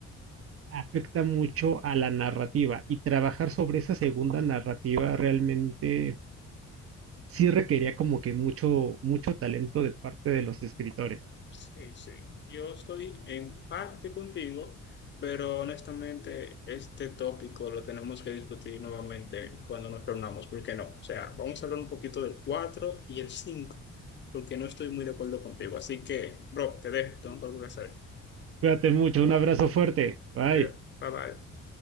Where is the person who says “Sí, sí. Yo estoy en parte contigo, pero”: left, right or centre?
Left